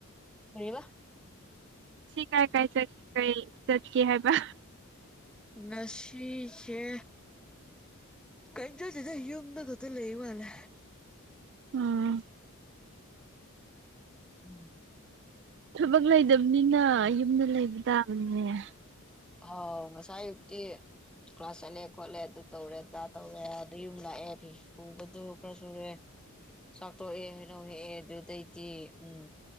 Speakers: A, in the centre; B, on the right.
A: ꯀꯔꯤꯕ꯫
B: ꯁꯤ ꯀꯥꯏ ꯀꯥꯏ ꯆꯠꯀꯩ ꯆꯠꯀꯦ ꯍꯥꯏꯕ꯫
A: ꯉꯁꯤꯁꯦ꯫ ꯀꯩꯝ ꯆꯠꯇꯦꯗ ꯌꯨꯝꯗ ꯈꯛꯇ ꯂꯩꯕ ꯃꯥꯜꯂꯦ꯫
B: ꯎꯝ꯫
A: ꯎꯝ
B: ꯊꯕꯛ ꯂꯩꯗꯕꯅꯤꯅ ꯌꯨꯝꯗ ꯂꯩꯕ ꯇꯥꯕꯅꯤꯅꯦ꯫
A: ꯑꯧꯎ ꯉꯥꯁꯥꯏꯑꯌꯨꯛꯇꯤ꯫ ꯀ꯭ꯂꯥꯁ ꯆꯠꯂꯦ ꯈꯣꯠꯂꯦ ꯑꯗꯨ ꯇꯧꯔꯦ ꯗꯥ ꯇꯧꯔꯦ ꯑꯗꯨ ꯌꯨꯝ ꯂꯥꯛꯑꯦ ꯐꯤ ꯁꯨꯕꯗꯨ ꯈꯔ ꯁꯨꯔꯦ꯫ ꯆꯥꯛ ꯇꯣꯛꯌꯦ ꯍꯩꯅꯧ ꯍꯦꯀꯌꯦ ꯑꯗꯨꯗꯩꯗꯤ ꯎꯝ